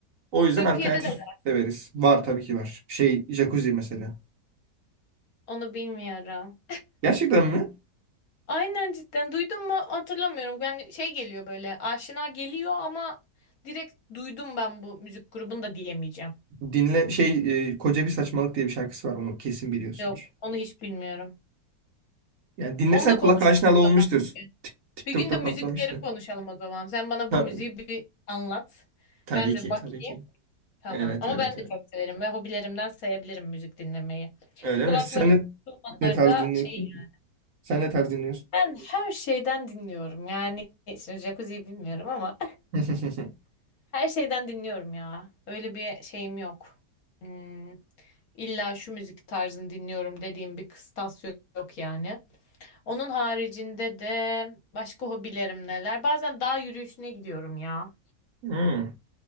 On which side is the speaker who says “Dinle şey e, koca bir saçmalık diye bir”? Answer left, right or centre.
Right